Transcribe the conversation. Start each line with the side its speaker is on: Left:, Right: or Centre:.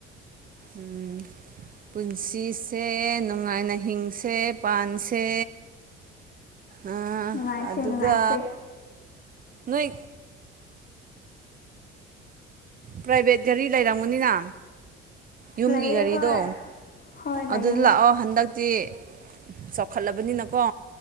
Right: ꯎꯝ ꯄꯨꯟꯁꯤꯁꯦ ꯅꯨꯡꯉꯥꯏꯅ ꯍꯤꯡꯁꯦ ꯄꯥꯟꯁꯦ ꯑꯝ
Left: ꯅꯨꯡꯉꯥꯏꯁꯦ
Right: ꯑꯗꯨꯒ
Left: ꯅꯨꯡꯉꯥꯏꯁꯦ
Right: ꯅꯣꯏ ꯄ꯭ꯔꯥꯏꯚꯦꯠ ꯒꯥꯔꯤ ꯂꯩꯔꯝꯒꯅꯤꯅ ꯌꯨꯝꯒꯤ
Left: ꯂꯩꯌꯦ
Right: ꯒꯥꯔꯤꯗꯣ
Left: ꯍꯣꯏ ꯍꯣꯏ ꯂꯩꯌꯦ
Right: ꯑꯗꯨꯗ ꯂꯥꯛꯑꯣ ꯍꯟꯗꯛ ꯤ ꯆꯥꯎꯈꯠꯂꯕꯅꯤꯅꯀꯣ